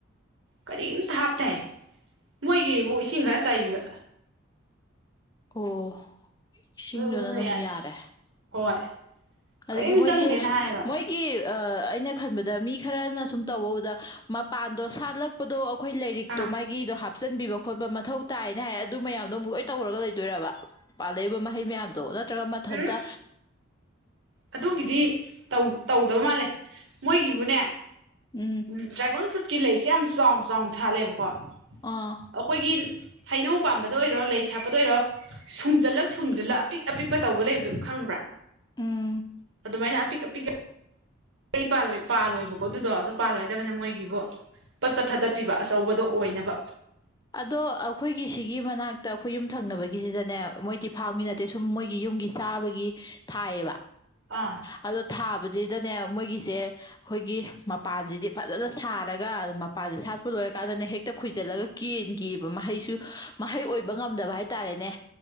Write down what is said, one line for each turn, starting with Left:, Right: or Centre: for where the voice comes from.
Right: ꯀꯔꯤꯝꯇ ꯍꯥꯞꯇꯥꯏ ꯃꯣꯏꯒꯤꯕꯨ ꯏꯁꯤꯡ ꯈꯔ ꯆꯥꯏꯕꯤꯕ
Left: ꯑꯣ ꯏꯁꯤꯡꯗꯨꯅ
Right: ꯑꯗꯨ ꯑꯗꯨꯅ
Left: ꯑꯗꯨꯝ
Right: ꯌꯥꯔ
Left: ꯌꯥꯔꯦ
Right: ꯍꯣꯏ
Left: ꯑꯗꯒꯤ
Right: ꯀꯔꯤꯝ
Left: ꯃꯣꯏꯁꯦ
Right: ꯆꯪꯗꯦꯅ ꯍꯥꯏꯌꯦꯕ
Left: ꯃꯣꯏꯒꯤ ꯑꯩꯅ ꯈꯟꯕꯗ ꯃꯤ ꯈꯔꯅ ꯁꯨꯝ ꯇꯧꯕꯧꯕꯗ ꯃꯄꯥꯟꯗꯣ ꯁꯥꯠꯂꯞ ꯗꯣ ꯑꯩꯈꯣꯏ ꯂꯔꯤꯛꯇꯣ
Right: ꯑꯥ
Left: ꯃꯥꯒꯤꯗꯣ ꯍꯥꯞ ꯍꯥꯞꯆꯤꯟꯕꯤꯕ ꯈꯣꯠꯄ ꯃꯊꯧ ꯇꯥꯏꯅ ꯍꯥꯏ ꯑꯗꯨ ꯃꯌꯥꯝꯗꯣ ꯑꯃꯨꯛ ꯂꯣꯏ ꯇꯧꯔꯒ ꯂꯩꯗꯣꯏꯔꯕ ꯄꯥꯜꯂꯛꯏꯕ ꯃꯍꯩ ꯃꯌꯥꯝꯗꯣ ꯅꯠꯇ꯭ꯔꯒ ꯃꯊꯟꯇ
Right: ꯎꯝ ꯑꯗꯨꯒꯤꯗꯤ ꯇꯧꯗꯕ ꯃꯥꯜꯂꯦ ꯃꯣꯏꯒꯤꯕꯨꯅꯦ
Left: ꯎꯝ
Right: ꯎꯝ ꯗ꯭ꯔꯦꯒꯣꯟ ꯐ꯭ꯔꯨꯠꯀꯤ ꯂꯩꯁꯦ ꯌꯥꯝ ꯆꯥꯎ ꯆꯥꯎꯅ ꯁꯥꯠꯂꯦꯕꯀꯣ
Left: ꯎꯝ
Right: ꯑꯩꯈꯣꯏꯒꯤ ꯍꯩꯅꯧ ꯄꯥꯟꯕꯝꯕꯗ ꯑꯣꯏꯔꯣ ꯂꯩ ꯁꯥꯄꯗ ꯑꯣꯏꯔꯣ ꯁꯨꯡꯖꯜꯂꯛ ꯁꯨꯡꯖꯤꯜꯂꯛ ꯑꯄꯤꯛ ꯑꯄꯤꯛꯄ ꯇꯧꯕ ꯂꯩꯕꯗꯨꯣ ꯈꯪꯕ꯭ꯔꯥ
Left: ꯎꯝ
Right: ꯑꯗꯨꯃꯥꯏꯅ ꯑꯄꯤꯛ ꯑꯄꯤꯛ ꯑꯩ ꯄꯥꯜꯂꯣꯏ ꯄꯥꯜꯂꯣꯏꯕꯀꯣ ꯑꯗꯨꯗꯣ ꯑꯗꯨ ꯄꯥꯜꯂꯔꯣꯏꯗꯕꯅꯤꯅ ꯃꯣꯏꯒꯤꯕꯨ ꯄꯠꯄ ꯊꯥꯗꯠꯄꯤꯕ ꯑꯆꯧꯕꯗꯣ ꯑꯣꯏꯅꯕ
Left: ꯑꯗꯣ ꯑꯩꯈꯣꯏꯒꯤ ꯁꯤꯒꯤ ꯃꯅꯥꯛꯇ ꯑꯩꯈꯣꯏ ꯌꯨꯝ ꯊꯪꯅꯕꯒꯤꯁꯤꯗꯅꯦ ꯃꯣꯏꯗꯤ ꯐꯥꯝꯃꯤ ꯅꯠꯇꯦ ꯁꯨꯝ ꯃꯣꯏꯒꯤ ꯌꯨꯝꯒꯤ ꯆꯥꯕꯒꯤ ꯊꯥꯏꯌꯦꯕ
Right: ꯑꯥ
Left: ꯑꯗꯣ ꯊꯥꯕꯁꯤꯗꯅꯦ ꯃꯣꯏꯒꯤꯁꯦ ꯑꯩꯈꯣꯏꯒꯤ ꯃꯄꯥꯟꯁꯤꯗꯤ ꯐꯖꯅ ꯁꯥꯔꯒ ꯃꯄꯥꯟꯁꯤꯦ ꯁꯥꯠꯄ ꯂꯣꯏꯔꯀꯥꯟꯗꯅꯦ ꯍꯦꯛꯇ ꯈꯣꯏꯖꯤꯜꯂꯒ ꯀꯦꯟꯒꯤꯕ ꯃꯍꯩꯁꯨ ꯃꯍꯩ ꯑꯣꯏꯕ ꯉꯝꯗꯕ ꯍꯥꯏꯇꯥꯔꯦꯅꯦ